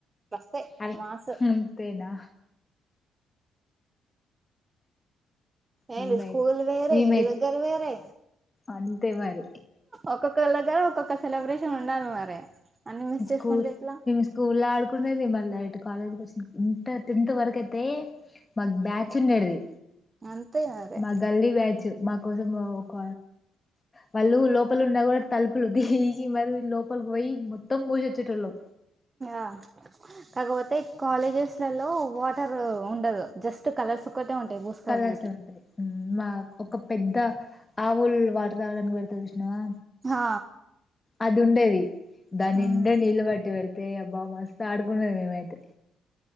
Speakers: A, on the right; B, on the left.
A: రఫ్ ఏ
B: అల్
A: మాసు
B: అంతేనా
A: ఏంటిది
B: మేమైతే
A: స్కూల్ వేరే
B: మేమైతే
A: ఇంటి దగ్గర వేరే
B: అంతే మరి
A: ఒక్కొక్కలా దగ్గర ఒక్కొక్క సెలబ్రేషన్ ఉండాలి మరి అన్ని మిస్
B: స్కూల్
A: చేసుకుంటే ఎట్లా
B: మేమ్ స్కూల్ లో ఆడుకున్నది మళ్ళా ఇటు కాలేజ్కి వచ్చంది ఇంటర్ టెన్త్ వరకు అయితే మాకు బ్యాచ్ ఉండెడిది
A: అంతే మరి
B: మా గల్లీ బ్యాచ్ు మా కోసం ఒక వాళ్ళు లోపల ఉన్న కూడా తలుపులు దిగి మరి లోపలికి పోయి మొత్తం మూసి వచ్చేటళ్ళు
A: ఆ కాకపోతే కాలేజెస్లలో వాటర్ ఉండదు జస్ట్ కలర్స్ ఒక్కటే ఉంటాయి పూసుకోవడానికి
B: కళస్ ఏ ఉంటాయి మా ఒక పెద్ద ఆవులు వాడతావనికి పె కృష్ణవా
A: ఆ
B: అది ఉండేది దానిండా
A: ఉమ్
B: నీళ్ళు పట్టి పెడితే బాగా మస్తు ఆడుకుండది మేమైతే